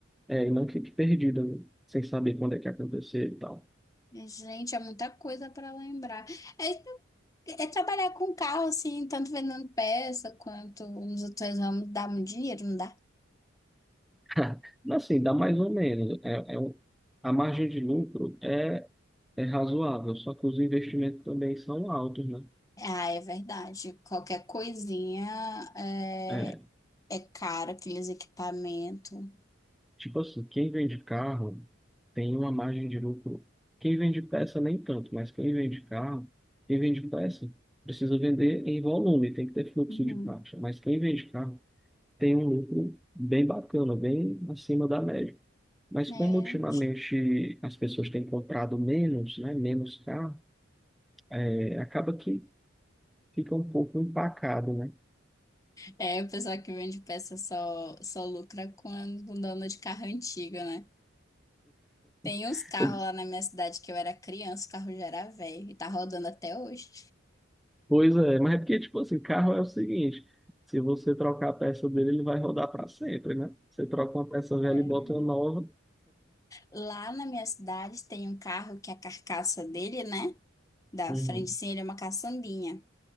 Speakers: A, in the centre; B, on the left.
A: É, e não fique perdida, né? Sem saber quando é que acontecer e tal.
B: Gente, é muita coisa pra lembrar. É, é trabalhar com carro, assim, tanto vendendo peça quanto nos outros ramos, dá muito dinheiro, não dá?
A: <laughs> Mas, Assim, dá mais ou menos. É, é um, a margem de lucro é, é razoável, só que os investimentos também são altos, né?
B: Ah, é verdade. Qualquer coisinha é,
A: É,
B: é caro, aqueles equipamentos.
A: Tipo assim, quem vende carro tem uma margem de lucro. Quem vende peça nem tanto, mas quem vende carro, quem vende peça precisa vender em volume, tem que ter fluxo
B: Uhum.
A: de caixa. Mas quem vende carro tem um lucro bem bacana, bem acima da média. Mas
B: É,
A: como ultimamente
B: ti-
A: as pessoas têm comprado menos, né, menos carro, é, acaba que fica um pouco empacado, né?
B: é, o pessoal que vende peça só, só lucra com, com dono de carro antigo, né? Tem
A: <laughs>
B: uns carros lá na minha cidade que eu era criança, o carro já era velho e tá rodando até hoje.
A: Pois é, mas é porque, tipo assim, carro é o seguinte, se você trocar a peça dele, ele vai rodar para sempre, né? Você troca uma peça velha
B: É.
A: e bota uma nova,
B: Lá na minha cidade tem um carro que a carcaça dele, né? Da
A: Uhum,
B: frente, sim, ele é uma caçambinha.